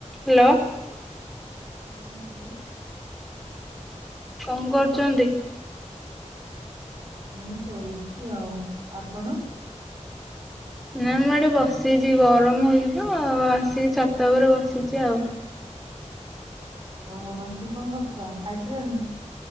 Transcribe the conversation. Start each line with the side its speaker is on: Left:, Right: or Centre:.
Centre: ହ୍ୟାଲୋ।
Right: ହଁ ହ୍ୟାଲୋ।
Centre: କଣ କରୁଚନ୍ତି?
Right: ମୁଁ ଶୋଇଛି ଆଉ, ଆପଣ?
Centre: ନାଇଁ ମୁଁ ଏଠି ବସିଛି, ଗରମ ହଉଛି ତ ଆଉ ଆସିକି ଛାତ ଉପରେ ବସିଛି ଆଉ।
Right: ଓହୋ, ବସିକି କଣ କରୁଛ ଖାଇସାଲଣି?